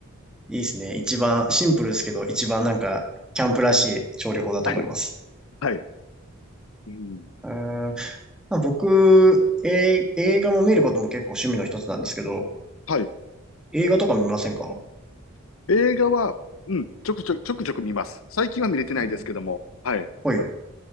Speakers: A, in the centre; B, on the left.
A: いいですね。一番、シンプルですけど、一番なんか、キャンプらしい調理法だと思います。
B: はい。はい。うん。
A: うーんまあ僕、えー映画も見ることも結構趣味の一つなんですけど、
B: はい。
A: 映画とか見ませんか
B: 映画は、うん、ちょくちょく、ちょくちょく見ます。最近は見れてないですけども。
A: うん。
B: はい。
A: はい。